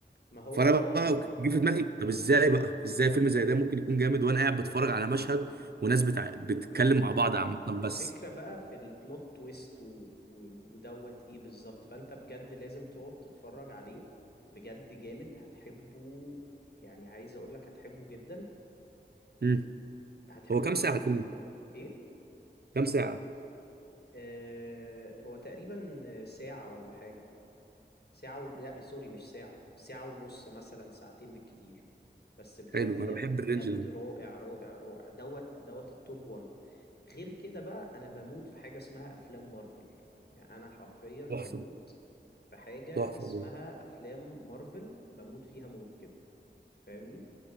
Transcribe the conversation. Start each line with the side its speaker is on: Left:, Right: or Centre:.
Left: ما هو
Right: فانا
Left: اه
Right: بقى جه في دماغي طب ازاي بقى ازاي فيلم زي ده ممكن يكون جامد وانا قاعد بتفرج على مشهد وناس بتع... بتتكلم
Left: ما
Right: مع بعض عامه بس
Left: الفكرة بقى في البلوت تويست و... و... ودوت ايه بالظبط فانت بجد لازم تقعد تتفرج عليه بجد جامد هتحبه يعني عايز اقولك هتحبه جدا
Right: مم.
Left: هتحبه
Right: هو كام
Left: جدا
Right: ساعه
Left: جدا
Right: الفيلم
Left: يعني ايه
Right: كام ساعة؟
Left: آه هو تقريبا ساعة ولا حاجة ساعة و... لا سوري مش ساعة ساعة ونص مثلا ساعتين بالكتير بس بجد
Right: حلو
Left: ج...
Right: أنا بحب
Left: بجد
Right: الرينج ده
Left: رائع رائع رائع دوت دوت التوب 1 غير كده بقى انا بموت في حاجه اسمها افلام مارفل يعني انا حرفيا بموت
Right: تحفة
Left: في حاجه
Right: تحفة
Left: اسمها
Right: بجد.
Left: افلام مارفل بموت فيها موت كده فاهمني